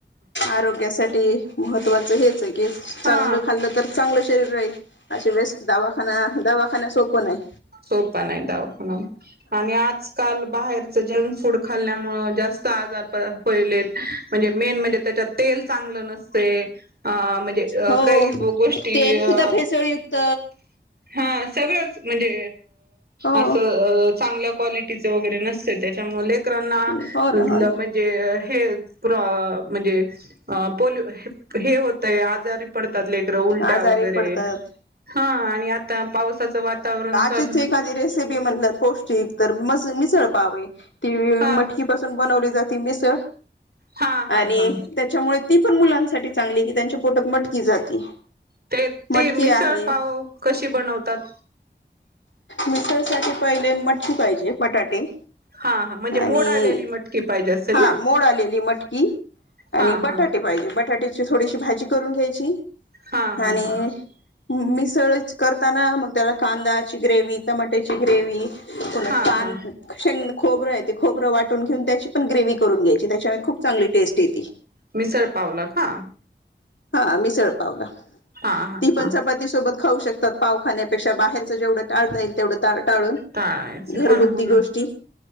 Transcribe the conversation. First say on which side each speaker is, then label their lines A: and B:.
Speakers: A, on the left; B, on the right.
A: आरोग्यासाठी महत्त्वाचं हेचय की चांगलं
B: हा
A: खाल्लं तर चांगलं शरीर राहील अशे वेळेस दवाखाना दवाखाना सोपं नाही.
B: सोप नाही दवाखाना आणि आजकाल बाहेरच जंक फूड खाल्ल्यानं मुळं जास्त आजार होयलेत म्हणजे मेन म्हणजे त्याच्यात तेल चांगलं नसते म्हणजे
A: हो
B: काही गोष्टी
A: तेल
B: अं
A: सुद्धा भेसळ युक्त
B: हा सगळंच म्हणजे
A: हो
B: अस चांगल्या क्वालटीच वगैरे नसतय त्याच्यामुळे लय रांना
A: हो
B: <unintelligible>
A: ना
B: म्हणजे
A: हो ना
B: हे म्हणजे पोल हे होतय आजारी पड <unintelligible> पडतात लेकरं उलट्या
A: आजारी
B: वगैरे
A: पडतात
B: हा आणि आता पावसाचं वातावरण चालू
A: चीच एखादी रेसिपी म्हटलं पौष्टिक तर म मिसळ पावय ती
B: हा
A: मटकी पासून बनवली जाते मिसळ
B: हा हा
A: आणि
B: हा
A: त्याच्यामुळे ती पण मुलांसाठी चांगली की त्यांच्या पोटात मटकी जाती
B: ते
A: मटकी
B: ते मिसळ
A: आहे
B: पाव कशी बनवतात?
A: मिसळसाठी पहिले मटकी पाहिजे बटाटे
B: हा हा म्हणजे
A: आणि
B: मोड आलेली मटकी पाहिजे असेल
A: हा
B: ना
A: मोड आलेली मटकी आणि
B: हा
A: बटाटे
B: हा
A: पाहिजे बटाट्याची थोडीशी भाजी करून घ्यायची
B: हा हा
A: आणि
B: हा
A: मिसळच करताना मग त्याला कांदाची ग्रेवी टमाट्याची ग्रेवी पुन्हा
B: हा
A: कां
B: हा
A: शेंग खोबरं ते खोबरं वाटून घेऊन त्याची पण ग्रेवह करून घ्यायची त्याच्यामुळे खूप चांगली टेस्ट येती
B: मिसळ पावला का?
A: हा मिसळ पावला
B: हा हा
A: ती पण
B: हा
A: चपाती सोबत खाऊ शकतात पावखाण्यापेक्षा बाहेरच जेवढं टाळता येईल तेवढं टाळून
B: टाळायचं
A: घरगुती
B: हो ना हो
A: गोष्टी
B: ना